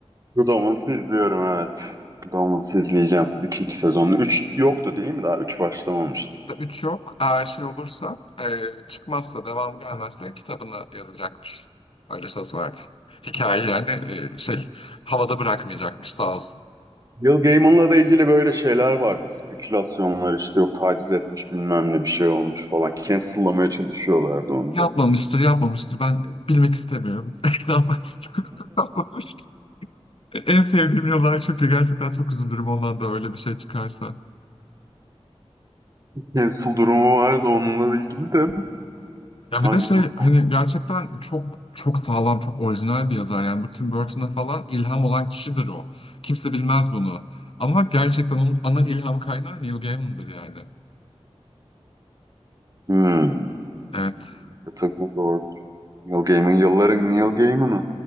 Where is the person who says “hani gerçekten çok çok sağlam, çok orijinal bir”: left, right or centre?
Left